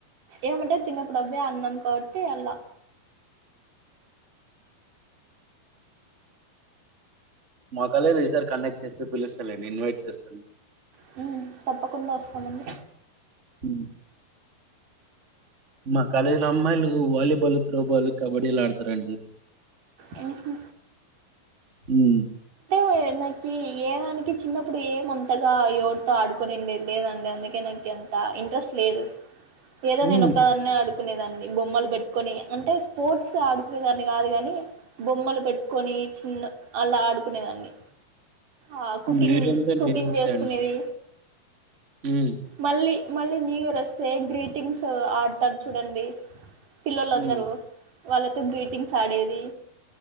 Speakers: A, on the right (about 60°); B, on the right (about 20°).
A: ఏమంటే చిన్నప్పుడు అబ్బే అన్నాం కాబట్టి అలా
B: మా కాలేజ్ లో ఈ సారి కండక్ట్ చేస్సే పిలుస్సాలేని ఇన్వైట్ చేస్తాను.
A: హు, తప్పకుండా వస్సామండి.
B: హు, మా కాలేల్లో అమ్మాయిలు వాలీబాలు, త్రోబాల్, కబడ్డీలు ఆడతారండి.
A: హుహు
B: ఉ
A: ంటే నాకి ఏ దానికి చిన్నప్పుడు ఏమంతగా ఎవరితో ఆడుకునిండిది లేదండి అందుకే నాకింత ఇంట్రెస్ట్ లేదు. ఏదో
B: హ్మ్.
A: నేను ఒక్కదాన్నే అడుకునేదాన్ని బొమ్మలు పె కొని అంటే స్పోర్ట్స్ ఆడుకునే దాన్ని కాదు కాని బొమ్మలు పెట్టుక్కొని చిన్న అలా ఆడుకునేదాన్ని ఆ కుకింగ్
B: మీరంతే
A: కుకింగ్
B: నేనంతే
A: చేసుకునేది.
B: అండి. హ్మ్.
A: మళ్ళీ మళ్ళీ న్యూ ఇయర్ వస్తే గ్రీటింగ్స్ ఆడతార్ చూడండి. పిల్లలందరూ
B: హ్మ్.
A: వాళ్ళతో గ్రీటింగ్స్ ఆడేది.